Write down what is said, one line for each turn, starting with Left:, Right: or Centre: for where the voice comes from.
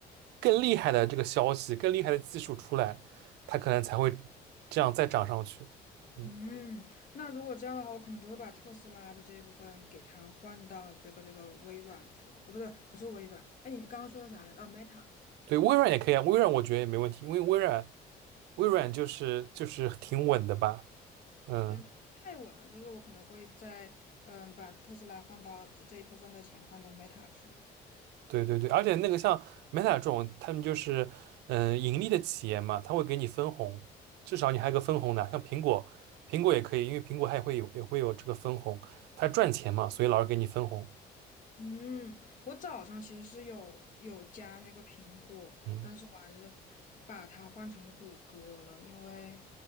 Right: 更厉害的这个消息，更厉害的技术出来，它可能才会这样再涨上去。嗯。
Left: 嗯，那如果这样的话，我可能就会把特斯拉的这一部分给它换到这个这个微软去了。呃，不对，不是微软。哎，你刚刚说的啥来着？哦，Meta。
Right: 对，微软也可以啊，微软我觉得也没问题，因为微软微软就是就是挺稳的吧，嗯，
Left: 对，但它太稳了，就是我可能会在嗯把特斯拉换到这这一部分的钱换到 Meta 去了。
Right: 对对对，而且那个像 Meta 这种，他们就是嗯盈利的企业嘛，他会给你分红，至少你还有个分红的，像苹果苹果也可以，因为苹果它也会有也会有这个分红，它赚钱嘛，所以老是给你分红，
Left: 嗯，我早上其实是有有加那个苹果的，
Right: 嗯，
Left: 但是我还是把它换成谷歌了，因为